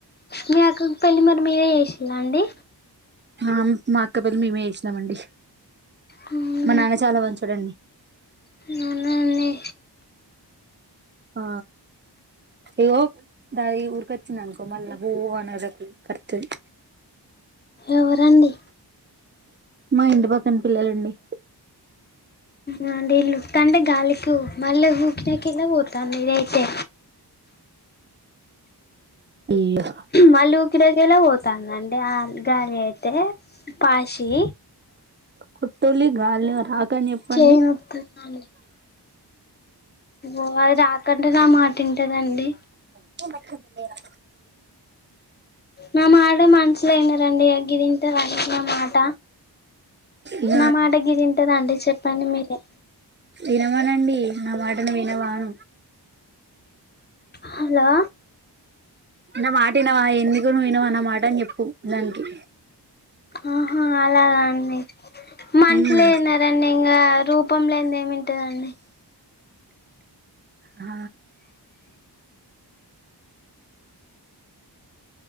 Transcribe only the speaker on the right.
మామ్ మా అక్క పెళ్ళి మేమే చేసినామండి
మా నాన్న చాలా మంచోడు అండి
ఆ ఇహో దాయి ఊరుకొచ్చింది అనుకో మళ్ళా పో అనకు కర్తుది
మా ఇంటి పక్కన పిల్లలు అండి
అయ్యో
కొట్టలి గాల్ ని రాకని చెప్ పండి
నేను కట్టుకుంటా లేరా
ఇక
ఇనమనండి నా మాటను వినవా అను
నా మాట వినవా ఎందుకు నువ్ వినవా నా మాట అని చెప్పు దానికి
ఉమ్
ఆ